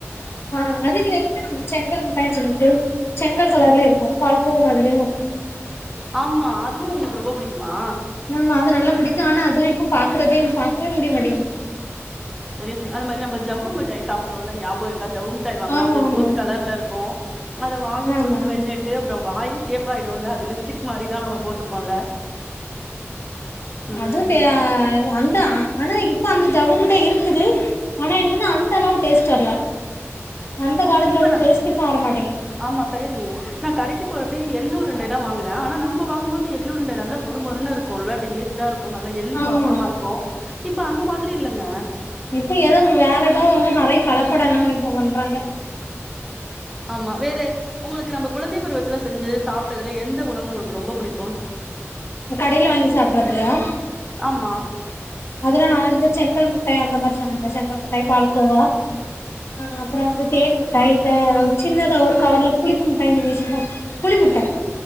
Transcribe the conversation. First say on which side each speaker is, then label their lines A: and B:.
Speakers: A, on the left; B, in the centre.
A: ஆ அது இல்ல இன்னொன்னு செங்கல் முட்டாயினு சொல்லிட்டு செங்கல் கலர்லயே இருக்கு பால்கோ மாதிரியே தா இருக்கு
B: ஆமா அதுவு உங்களுக்கு ரொம்ப புடிக்குமா
A: ஆமா அது நல்ல புடிக்கு ஆனா அதெல்லா இப்போ பாக்குறதே பாக்கவே முடியமாட்டேங்குது
B: சரியா சொனிங் அது மாதிரி நம்ம ஜவ்வு மிட்டாய் சாப்டுவோல்ல ஞாபகோ இருக்கா ஜவ்வு ஜவ்வு மிட்டாய வாங்குனா
A: ஆமா
B: அது
A: ஆமா
B: ரோஸ் கலர் இருக்கு அத வாயில
A: ஆமா
B: போட்டு மென்னுட் சே அப்றோ வாயே சேப்பாயிடும்ல அது லிஸ்டிக் மாரிதா நம்ம போட்டுப்போம்ல ம்.
A: அது ‌ தே அந்தா ஆனா இப்ப அந்த ஜவ்வுமிட்டாயி இருக்குது ஆனா என்னன்னா அந்த அளவு டேஸ்ட் வர்ல அந்த காலத்துல
B: இப்ப
A: உள்ள டேஸ்டி இப்ப வர மாட்டேங்குது
B: ஆமா செரியா சொன்னீங்க நா கடைக்கு போறப்ப எள்ளுருண்டய வாங்குன நம்ம வாங்கும்போது எள்ளுருண்ட நல்ல மொறு மொறுன்னு இருக்கும்ல டேஸ்ட் டா இருக்கு நல்ல எள்ளு
A: ஆமா
B: வாசமா இருக்கு இப்ப அந்த மாதிரி இல்லங்க
A: இப்ப ஏதோ வேற ஏதோ வந்து நெறைய கலப்படோ எல்லா இப்ப பண்றாங்க
B: ஆமா வேற உங்களுக்கு நம்ம குழந்தை பருவத்துல செஞ்சி சாப்டதுல எந்த உணவு உங்களுக்கு ரொம்ப புடிக்கு
A: கடையில வாங்கி சாப்றதுலயா
B: ஆமா
A: அதுல நா வந்து செங்கல் முட்டாய் அந்த மாரி சொன்னல்ல செங்கல் முட்டாய் பால்கோவா ஆ அப்றோ வந்து தேன் முட்டாய் இந்த சின்னதா ஒரு கவர்ல புளிப்பு முட்டாயின்னு சொல்லி வெச்சிருப்பாங் புளி முட்டாய்